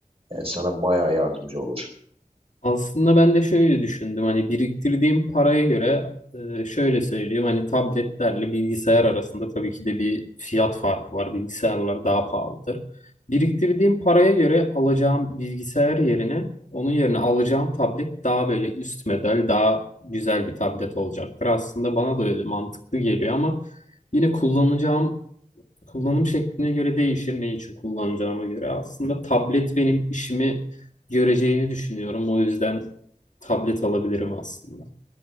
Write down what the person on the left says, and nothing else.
Aslında ben de şöyle düşündüm hani biriktirdiğim paraya göre e, şöyle söyleyeyim hani tabletlerle bilgisayar arasında tabii ki de bir fiyat farkı var. Bilgisayarlar daha pahalıdır. Biriktirdiğim paraya göre alacağım bilgisayar yerine onun yerine alacağım tablet daha böyle üst model daha güzel bir tablet olacaktır. Aslında bana da öyle mantıklı geliyor ama yine kullanacağım kullanım şekline göre değişir ne için kullanacağıma göre. Aslında tablet benim işimi göreceğini düşünüyorum. O yüzden tablet alabilirim aslında.